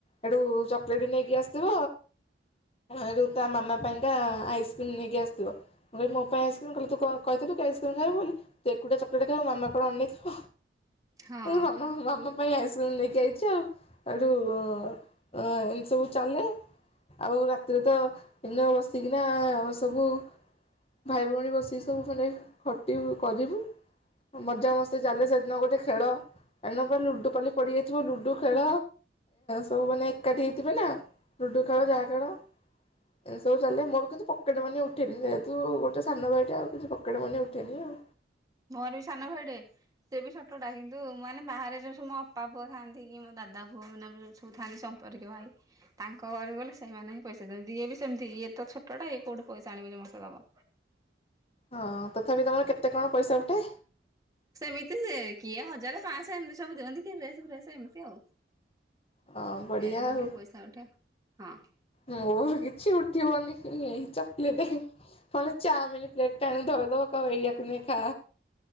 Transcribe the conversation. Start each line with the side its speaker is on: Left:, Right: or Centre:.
Left: ଏଠୁ ଚକଲେଟ୍ ନେଇକି ଆସିଥିବ ଏଠୁ ତା ମାମା ପାଇଁକା ଆଇସ୍କ୍ରିମ୍ ନେଇକି ଆସଥିବ ମୁଁ କହିବି ମୋ ପାଇଁ ଆଇସ୍କ୍ରିମ୍ କହିଲା ତୁ କଣ କହିଥିଲୁ କି ଆଇସ୍କ୍ରିମ୍ ଖାଇବୁ ବୋଲିକି ତୁ ଏକୁଟିଆ ଚକଲେଟ୍ ଖାଇବୁ ମାମା କଣ ଅନଣେଇଥିବ?
Right: ହଁ।
Left: ହ ମା ମାମା ପାଇଁ ଆଇସ୍କ୍ରିମ୍ ମ ନେଇକି ଆଇଛ ହେଇଠୁ ଏଁ ଏମିତି ସବୁ ଚାଲେ ଆଉ ରାତିରେ ତ ଏହନ ବସିକିନା ଆମେସବୁ ଭାଇ ଭଉଣୀ ବସିକି ସବୁ ମାନେ ଖଟିବୁ କରିବୁ ମଜା ମସ୍ତି ଚାଲେ ସେଦିନ ଗୋଟେ ଖେଳ ସେଦିନ ପୁରା ଲୁଡୁ ପାଲି ପଡିଯାଇଥିବ ଲୁଡୁ ଖେଳ ସବୁ ମାନେ ଏକାଠି ହେଇଥିବେ ନା ଲୁଡ଼ୁ ଖେଳ ଯାହା ଖେଳ। ଏ ସବୁ ଚାଲେ ମୋର କିଛି ପକେଟମନି ଉଠେନି ଯେହେତୁ ଗୋଟେ ସାନ ଭାଇଟା ଆଉ କିଛି ପକେଟେ ମନି ଉଠେନି ଆଉ।
Right: ମୋର ବି ସାନ ଭାଇଟେ ସିଏ ବି ଛୋଟ ଟା କିନ୍ତୁ ମାନେ ବାହାରେ ଯୋଉ ସବୁ ମୋ ଅପା ପୁଅ ଥାନ୍ତି କି ମୋ ଦାଦା ପୁଅ ମାନେ ଯୋଉ ଥାନ୍ତି ସମ୍ପର୍କୀୟ ଭାଇ ତାଙ୍କ ଘରୁକୁ ଗଲେ ସେଇମାନେ ହିଁ ପଇସା ଦିଅନ୍ତି ଇଏ ବି ସେମିତି ଇଏ ତ ଛୋଟ ଟା ଇଏ କୋଉଠି ପଇସା ଆଣିବ ଯେ ମତେ ଦବ।
Left: ହଁ ତଥାପି ତମର କେତେ କଣ ପଇସା ଉଠେ?
Right: ସେମିତି ସିଏ କିଏ ହଜାରେ ପାଁସହ ଏମିତି ସବୁ ଦିଅନ୍ତି କିଏ ଡ୍ରେସ୍ ଫ୍ରେସ ଏମିତି ଆଉ।
Left: ହଁ ବଢିଆ
Right: ଏମିତି
Left: ଆଉ
Right: ସବୁ ଟିକେ ପଇସା ଉଠେ ଆଉ। ହଁ
Left: ମୋର କିଛି ଉଠିବନି ଏଇ ଚକଲେଟ ନ ହେଲେ ଚାଓମିିନ ପ୍ଲେଟ ଟେ ଆଣି ଧରେଇ ଦବ କହିବ ଏଇଆକୁ ନେ ଖା।